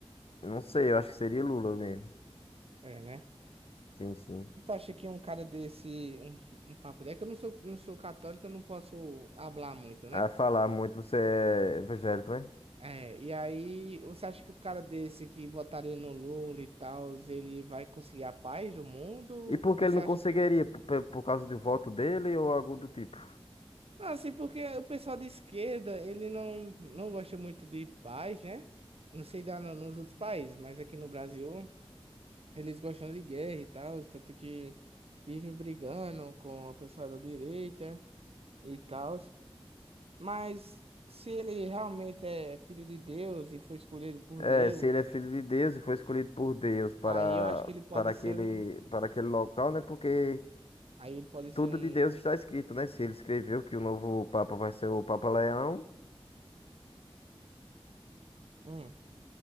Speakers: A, on the left; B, on the right.
A: Não sei, eu acho que seria Lula mesmo.
B: É, né?
A: Sim, sim.
B: Tu acha que um cara desse, um, um papo desse, é que eu não sou, não sou católico, eu não posso hablar muito, né?
A: A falar muito, você é evangélico, né?
B: É, e aí, você acha que o cara desse que votaria no Lula e tal, ele vai conseguir a paz do mundo?
A: E por
B: Ou
A: que
B: você
A: ele não
B: acha
A: conseguiria?
B: que...
A: Por, por causa do voto dele ou algo do tipo?
B: Não, assim, porque o pessoal de esquerda, ele não, não gosta muito de paz, né? Não sei dar no- nos outros países, mas aqui no Brasil... Eles gostam de guerra e tal, tanto que vivem brigando com a pessoa da direita e tal. Mas se ele realmente é filho de Deus e foi escolhido por
A: É,
B: Deus,
A: se ele é filho de Deus e foi escolhido por Deus para,
B: aí eu acho que ele pode
A: para aquele,
B: ser um.
A: para aquele local, né? Porque
B: Aí ele pode ser
A: tudo
B: um.
A: de Deus
B: como-
A: está escrito, né? Se ele escreveu que o novo Papa vai ser o Papa Leão,
B: Hum.